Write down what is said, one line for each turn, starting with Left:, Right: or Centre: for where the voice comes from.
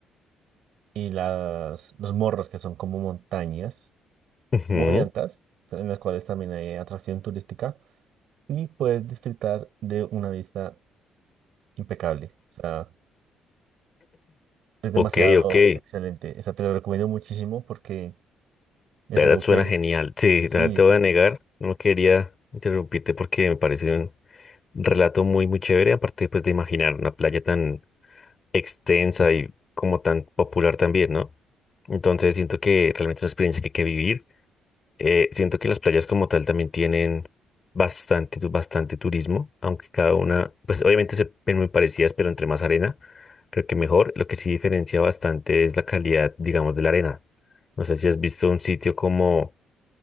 Right: y las, los morros que son como montañas
Left: Ujú.
Right: muy altas, en las cuales también hay atracción turística y puedes disfrutar de una vista impecable. O sea, es demasiado
Left: Ok, ok, de
Right: excelente. Esa te lo recomiendo muchísimo porque es
Left: verdad
Right: algo
Left: suena
Right: que,
Left: genial. Sí,
Right: sí,
Left: de verdad te
Right: sí,
Left: voy
Right: sí,
Left: a negar, no quería interrumpirte porque me parece un relato muy, muy chévere, aparte pues de imaginar una playa tan extensa y como tan popular también, ¿no? Entonces siento que realmente es una experiencia que hay que vivir. Eh, siento que las playas como tal también tienen bastante, tu- bastante turismo, aunque cada una, pues obviamente se ven muy parecidas, pero entre más arena, creo que mejor. Lo que sí diferencia bastante es la calidad, digamos, de la arena. No sé si has visto un sitio como